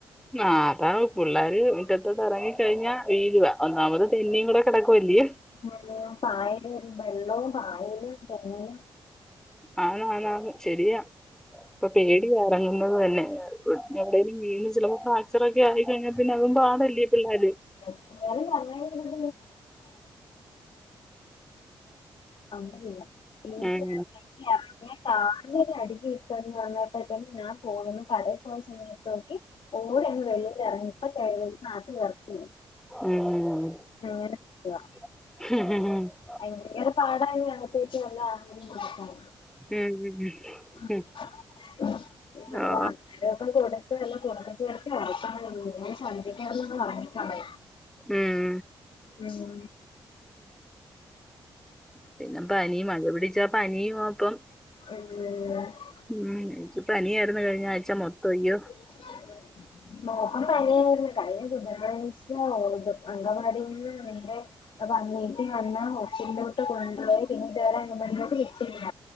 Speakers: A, in the centre; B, on the left.
A: ന്നാ താണ് പുള്ളേര് മിറ്റത്തോട്ട് എറങ്ങി കഴിഞ്ഞാൽ വീഴുവാ ഒന്നാമത് തെന്നിയും കൂടെ കിടക്കുവല്ലേ
B: മുഴുവൻ പായല് ബെള്ളോം പായലും തെങ്ങും
A: ആഹ് ആന്ന്‌ ആന്ന് ആന്ന് ശരിയാ ഇപ്പൊ പേടിയാ എറങ്ങുന്നത് തന്നെ എ എവ്ടേലും വീണും ചിലപ്പോ ഫ്രാക്ചർ ഒക്കെ ആയി കയിഞ്ഞാൽ പിന്നെ അതും പാടല്ലേ പിള്ളേര്
B: എത്രേയാലും <unintelligible> ഇനിപ്പം
A: ഉം
B: <inaudible> ഞാൻ കാലിനാ അടികിട്ടും പറഞ്ഞയപ്പത്തേക്കും ഞാൻ പോന്നു കടയിൽ പോയ സമയത്തോക്കി ഓരങ് വെളിയിലെറങ്ങി ഇപ്പ <unintelligible>
A: ഉം ഉം
B: അങ്ങനൊക്കെയാ
A: ഹ്
B: ഭയങ്കര പാടായ അങ്ങത്തേറ്റ് നല്ല ആഹാരം കൊടുക്കാൻ
A: ഉം ഉം
B: <unintelligible>
A: ഉം
B: വല്ലോം
A: ആഹ്
B: ഒക്കെ കൊടുത്ത് എല്ലാം കൊടുത്തു ചേർത്തി <unintelligible> ശർധിക്കാള്ളത് ഉറങ്ങിട്ടാണ്
A: ഉം
B: ഉം
A: പിന്നെ പനി മഴ പിടിച്ചാ പനിയും അപ്പം
B: ഉം
A: ഉം ഇൻക്ക് പനിയായിരുന്നു കഴിഞ്ഞ ആഴ്ച്ച മൊത്തം അയ്യോ.
B: ഉം മോൾക്കും പനിയായിരുന്നു കഴിഞ്ഞ ബുധനാഴ്ച അങ്കവാടിന്ന് നേരെ. അപ്പൊ അനിയത്തി വന്നാ ഹോസ്പിറ്റലോട്ട് കൊണ്ടുപോയി പിന്നെ ഇതുവരെ അങ്കൻവാടിയിലോട്ട് വിട്ടില്ല.